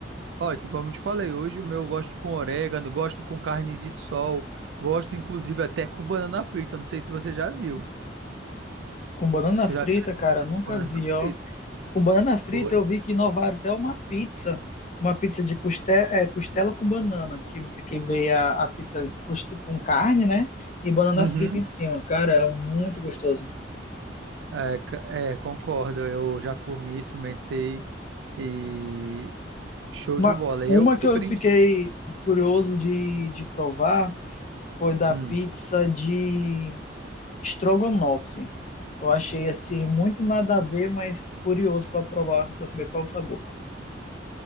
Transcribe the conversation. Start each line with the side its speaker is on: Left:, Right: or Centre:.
Right: ó, como eu te falei, hoje o meu eu gosto com orégano, gosto com carne de sol, gosto inclusive até com banana frita. Não sei se você já viu.
Left: Com banana
Right: Tu
Left: frita,
Right: já viu esse?
Left: cara, nunca
Right: Banana
Left: vi, ó.
Right: frita.
Left: Com banana frita
Right: Foi?
Left: eu vi que inovaram até uma pizza. Uma pizza de custe, é, costela com banana, que, que veio a, a pizza de cost- com carne, né? E banana
Right: Uhum.
Left: frita em cima. Cara, era muito gostoso.
Right: É, c- é, concordo. Eu já comi, experimentei e show
Left: Uma,
Right: de bola.
Left: uma
Right: Eu
Left: que
Right: surpreendi.
Left: eu fiquei curioso de, de provar foi da
Right: Hum.
Left: pizza de Estrogonofe. Eu achei assim muito nada a ver, mas curioso para provar, para saber qual o sabor.